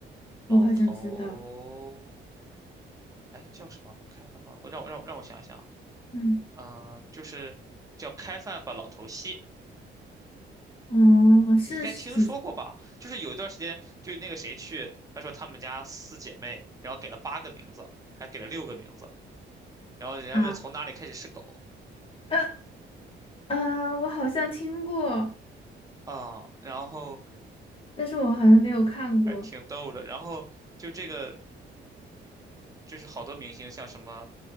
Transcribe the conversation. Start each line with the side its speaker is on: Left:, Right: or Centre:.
Right: 老头》，
Left: 我好像知道，
Right: 哎，叫什么？开饭吧，让我让我让我想一想，
Left: 嗯，
Right: 嗯、呃就是叫开饭吧，老头戏，
Left: 哦，是是主
Right: 你应该听说过吧？就是有一段时间，就是那个谁去，他说他们家四姐妹，然后给了八个名字，还给了六个名字，然后人家问从哪里开始是狗
Left: 啊，呃啊，我好像听过，
Right: 啊、然后
Left: 但是我好像没有看过，
Right: 还挺逗的。然后就这个，就是好多明星，像什么，